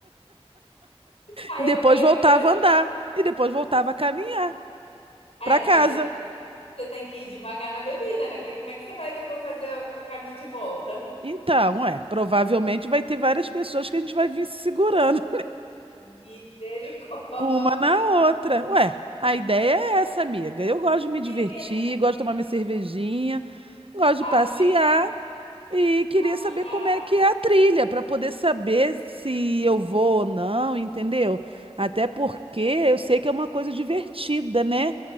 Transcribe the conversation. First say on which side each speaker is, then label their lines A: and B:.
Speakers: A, on the left; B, on the right.
A: Aí
B: E depois
A: eu quero
B: voltava
A: ver.
B: a andar. E depois voltava a caminhar
A: Ah,
B: pra
A: é,
B: casa.
A: porque você tem, que- você tem que ir devagar na bebida, né? Porque como é que você vai depois fazer o caminho de volta?
B: Então, é, provavelmente vai ter várias pessoas que a gente vai vir se segurando
A: Misericórdia.
B: <laughs> uma na outra. Ué, a ideia é essa, amiga. Eu gosto de me divertir,
A: Menina,
B: gosto de tomar minha cervejinha, gosto de
A: a
B: passear.
A: mãe,
B: E queria
A: a mãe
B: saber
A: da.
B: como é que é a trilha, para poder saber se eu vou ou não, entendeu? Até porque eu sei que é uma coisa divertida, né?